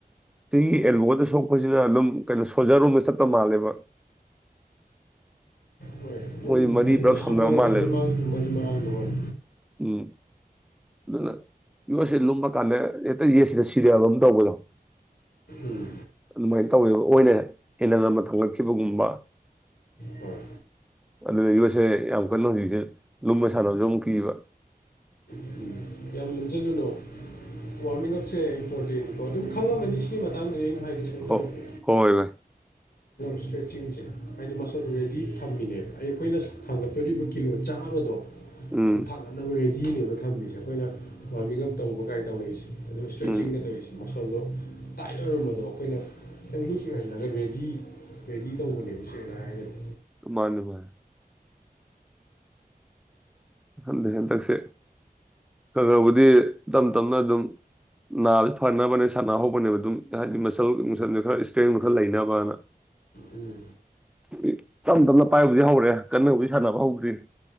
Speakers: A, in the centre; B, on the left.
A: ꯑꯦꯜꯕꯣꯗ ꯁꯣꯛꯄꯁꯤꯅ ꯑꯗꯨꯝ ꯀꯩꯅꯣ ꯁꯣꯜꯖꯔꯨꯝꯕ ꯆꯠꯄ ꯃꯥꯜꯂꯦꯕ
B: ꯍꯣꯏ ꯑꯗꯨꯝ
A: ꯃꯣꯏ ꯃꯔꯤ
B: ꯀꯩꯅꯣ
A: ꯄꯨꯂꯞ
B: ꯁꯝꯅꯗꯦꯅꯦ
A: ꯁꯝꯅꯕ ꯃꯥꯜꯂꯦꯕ
B: ꯃꯥ ꯃꯒꯤ ꯃꯔꯥꯡꯗ ꯍꯣꯏ
A: ꯎꯝ ꯑꯗꯨꯅ ꯌꯣꯠꯁꯤ ꯂꯨꯝꯃ ꯀꯥꯟꯗ ꯍꯦꯛꯇ ꯌꯦꯠꯁꯤꯗ ꯁꯤꯔꯑꯕ ꯑꯃ ꯇꯧꯕꯗꯣ
B: ꯎꯝ
A: ꯑꯗꯨꯃꯥꯏꯅ ꯇꯧꯋꯦꯕ ꯑꯣꯏꯅ ꯍꯦꯟꯅ ꯉꯝꯕ ꯊꯝꯒꯠꯈꯤꯕꯒꯨꯝꯕ <unintelligible>
B: ꯍꯣꯏ
A: ꯑꯗꯨꯅ ꯌꯣꯠꯁꯦ ꯌꯥꯝ ꯀꯟꯅ ꯍꯧꯖꯤꯛꯁꯦ ꯂꯨꯝꯅ ꯁꯥꯟꯅꯕꯁꯨ ꯑꯃꯨꯛ ꯀꯤꯕ
B: ꯎꯝ ꯌꯥꯝ ꯂꯨꯝꯁꯤꯜꯂꯨꯅꯣ ꯋꯥꯔꯃꯤꯡ ꯑꯞꯁꯦ ꯏꯝꯄꯣꯔꯇꯦꯟꯀꯣ ꯑꯗꯨꯝ ꯈꯪꯉꯝꯃꯅꯤ ꯁꯤꯒꯤ ꯃꯇꯥꯡꯗꯅꯤ ꯍꯥꯏꯗꯤ ꯁ ꯑꯗꯨꯒ
A: ꯍꯣ ꯍꯣꯏ ꯚꯥꯏ
B: ꯏꯁꯇ꯭ꯔꯦꯠꯆꯤꯡꯁꯦ ꯍꯥꯏꯗꯤ ꯃꯁꯛꯗꯣ ꯔꯦꯗꯤ ꯊꯝꯃꯤꯅꯦꯕ ꯑꯩ ꯑꯩꯈꯣꯏꯅ ꯊꯥꯡꯒꯠꯇꯣꯔꯤꯕ ꯀꯤꯂꯣ ꯆꯥꯝꯃꯗꯣ
A: ꯎꯝ
B: ꯑꯗꯨ ꯊꯥꯡꯅꯠꯅꯕ ꯔꯦꯗꯤꯅꯦꯕ ꯊꯝꯃꯤꯁꯦ ꯑꯩꯈꯣꯏꯅ ꯋꯥꯔꯃꯤꯡ ꯑꯞ ꯇꯧꯕ ꯀꯥꯏ ꯇꯧꯅꯔꯤꯁꯦ ꯑꯗꯨꯝ ꯏꯁꯇ꯭ꯔꯦꯆꯤꯡꯅ
A: ꯎꯝ
B: ꯇꯧꯔꯤꯁꯤ ꯃꯈꯜꯗꯣ ꯇꯥꯏꯠ ꯑꯣꯏꯔꯝꯕꯗꯣ ꯑꯩꯈꯣꯏꯅ ꯈꯤꯇꯪ ꯂꯨꯁ ꯑꯣꯏꯍꯜꯂꯒ ꯔꯦꯗꯤ ꯔꯦꯗꯤ ꯇꯧꯕꯅꯦꯕ ꯁꯦꯡꯅ ꯍꯥꯏꯔꯒꯗꯤ
A: ꯃꯥꯂꯨ ꯍꯥꯏ ꯍꯟꯊꯩ ꯍꯟꯇꯛꯁꯦ ꯈ ꯈꯔꯕꯨꯗꯤ ꯇꯞ ꯇꯞꯅ ꯑꯗꯨꯝ ꯅꯥꯁꯦ ꯐꯅꯕꯅꯦ ꯁꯥꯟꯅꯍꯧꯕꯅꯦꯕ ꯑꯗꯨꯝ ꯍꯥꯏꯕꯗꯤ ꯃꯁꯜ ꯃꯁꯜꯁ ꯈꯔ ꯏꯁꯇ꯭ꯔꯦꯡ ꯈꯔ ꯂꯩꯅꯕꯅ
B: ꯎꯝ
A: <unintelligible> ꯇꯞ ꯇꯞꯅ ꯄꯥꯏꯕꯨꯗꯤ ꯍꯧꯔꯦ ꯀꯟꯅꯕꯨꯗꯤ ꯁꯥꯟꯅꯕ ꯍꯧꯗ꯭ꯔꯤ